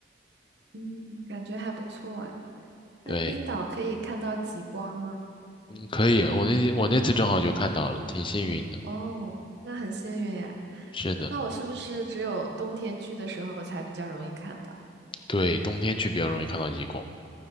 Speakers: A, on the right; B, on the left.
A: 嗯，感觉还不错哎。那冰岛可以看到极光吗？
B: 对，嗯可以，我那我那次正好就看到了，挺幸运的。
A: 哦，那很幸运哎。
B: 是的，
A: 那我是不是只有冬天去的时候才比较容易看到？
B: 对，冬天去比较容易看到极光。